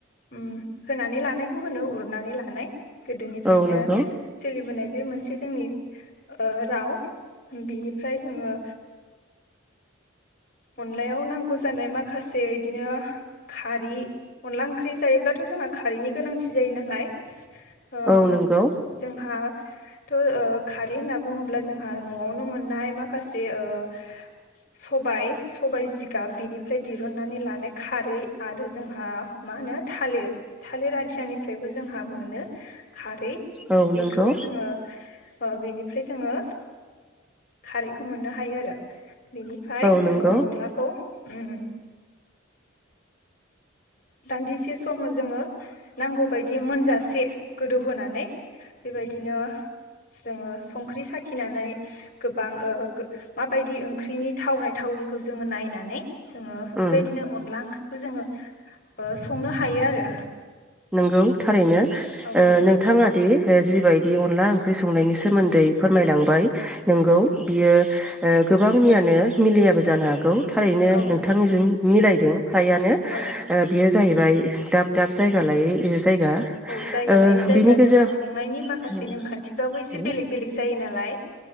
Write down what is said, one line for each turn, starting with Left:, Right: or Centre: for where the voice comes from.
Left: उम होनानै लानायखौ होनो उरनानै लानाय। गोदोनिफ्रायनो
Centre: औ नंगौ
Left: सोलिबोनाय ‌ बे मोनसे जोंनि ओ राव बिनिफ्राय जोङो अनलायाव नांगौ जानाय माखासे इदिनो खारि अनला ओंख्रि जायोब्लाथ' जोंहा खारिनि गोनांथि जायो नालाय। ओ
Centre: औ नंगौ
Left: जोंहा थ ओ खारै होनना बुङोब्ला जोंहा न'आवनो मोननाय माख खासे ओ सबाइ जिगाब बेनिफ्राय दिरुननानै लानाय खारै आरो जोंहा मा होनो थालिर थालिर आथियानिफ्रायबो जोंहा मोनो। खारै
Centre: औ
Left: बेखौ
Centre: नंगौ
Left: जोङो ओ बिनि फ्राय जोङो खारैखौ मोननो हायो आरो बिनिफाय
Centre: औ
Left: अ
Centre: नंगौ
Left: अनलाखौ उम उम दान्दिसे समाव जोङो नांगौबायायदि मोनजासे गोदौहोनानै बेबायदिनो जोङो संख्रि साखिनानै गोबां ओ गो माबायदि ओंख्रिनि थावनाय थाविखौ जोङो नायनानै जोङो
Centre: उम
Left: बेबायदिनो अनला ओंख्रि बेखौ जोङो ओ संनो हायो आरो
Centre: नंगौ थारैनो
Left: औ
Centre: ओ नोंथाङादि ओ जिबायदि अनला ओंख्रि संनायनि सोमोन्दै फोरमायलांबाय नोंगौ बियो ओ गोबांनियानो मिलियाबो जानो हागौ। थारैनो
Left: औ
Centre: नोंथांजों मिलायदों। फ्रायानो
Left: औ
Centre: ओ बियो जाहैब ओमफ्राइ दाब दाब जाय <unintelligible> जायगा
Left: औ जायगा
Centre: ओ
Left: लायै जायगा
Centre: बिनि गेजेराव
Left: जोंहा
Centre: <inaudible>
Left: संनायनि माखासे नेमखान्थिफ्राबो एसे बेलेग बेलेग जायो नालाय